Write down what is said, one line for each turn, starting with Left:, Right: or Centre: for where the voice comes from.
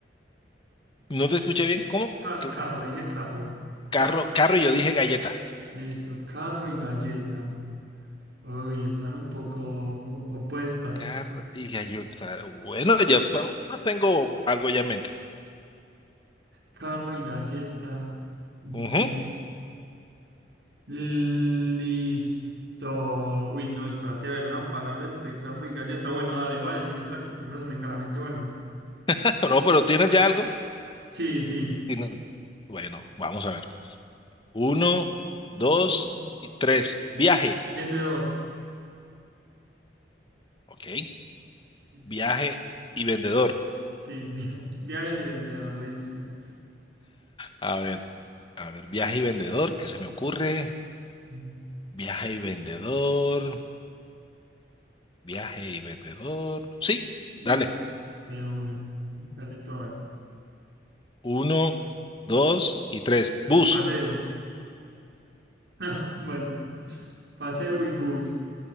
Left: No
Right: Ca-
Left: te escuché bien. ¿Cómo?
Right: ca-
Left: Creo
Right: carro,
Left: que
Right: dije carro. Carro.
Left: Carro, carro, y yo dije galleta.
Right: Listo, carro y galleta. Uy, están un poco opuestas.
Left: Carro
Right: <laughs>
Left: y galleta. Bueno, ya pues, tengo algo ya en mente.
Right: Carro y galleta. Mm,
Left: Ujú.
Right: listo. Uy, no, espérate, a ver, una palabra entre carro y galleta. Bueno, dale, voy a decir la que primero se me venga a la mente. Bueno,
Left: <laughs> No, pero ¿tienes ya algo?
Right: sí, sí.
Left: Sí, no. Bueno, vamos a ver. Uno,
Right: Listo.
Left: dos y tres. Viaje.
Right: Vendedor.
Left: Ok.
Right: Listo.
Left: Viaje y vendedor.
Right: Sí, <laughs> via- viaje y vendedor, listo.
Left: A ver, a ver, viaje y vendedor, ¿qué se me ocurre?
Right: Mm,
Left: Viaje y vendedor. Viaje y vendedor. Sí,
Right: Listo,
Left: dale.
Right: de una. Dale todo. Ahí.
Left: Uno, dos y tres. Bus.
Right: Paseo. <laughs> Bueno, paseo y bus.